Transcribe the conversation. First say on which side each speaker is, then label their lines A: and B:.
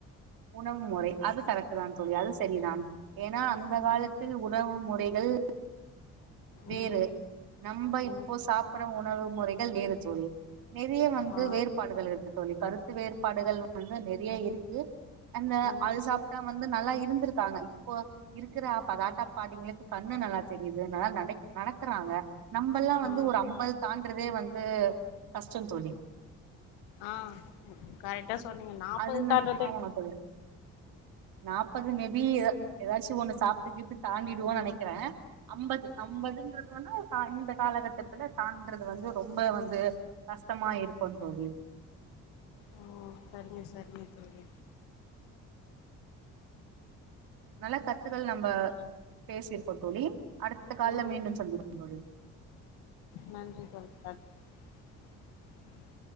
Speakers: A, on the right; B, on the left.
A: உணவு முறை அது கரெட்டு தான் தோழி அது சரிதான் ஏன்னா அந்த காலத்தில் உணவு முறைகள் வேறு
B: ம்
A: நம்ப இப்போ
B: ம்
A: சாப்பற்ற உணவு முறைகள் வேறு தோழி நெறைய வந்து
B: ஆ
A: வேறுபாடுகள் இருக்கு தோழி கருத்து வேறுபாடுகள் வந்து நெறைய இருக்கு அந்த
B: ம்
A: அது சாப்ட்டா வந்து நல்லா இருந்திருக்காங்க இப்போ இருக்குற தாத்தா பாட்டிங்களுக்கு கண்ணு நல்லா தெரிது நல்லா நடை நடக்குறாங்க நம்பல்லா வந்து
B: ஆ
A: ஒரு அம்பது தாண்டறதே வந்து கஷ்டந் தோழி
B: ஆ கரெக்டா சொன்னீங்க நாப்பத
A: அதுன்னு
B: தாண்ரதே
A: ஆமாங்க தோழி நாப்பது மேபி எதா எதாச்சு ஒண்ணு சாப்ட்டு கீப்டு தாண்டிடுவோனு நெனைக்கிறே அம்பது அம்பதுன்றது வந்து இப்ப இந்த காலகட்டத்துல தான்றது வந்து ரொம்ப வந்து கஷ்டமா இருக்குந் தோழி
B: ஓ சரிங்க சரிங்க தோழி
A: நல்ல கருத்துக்கள் நம்ம பேசிருக்கோ தோழி அடுத்த கால்ல
B: ம்
A: மீண்டும் சந்திப்போ தோழி
B: நன்றி <unintelligible>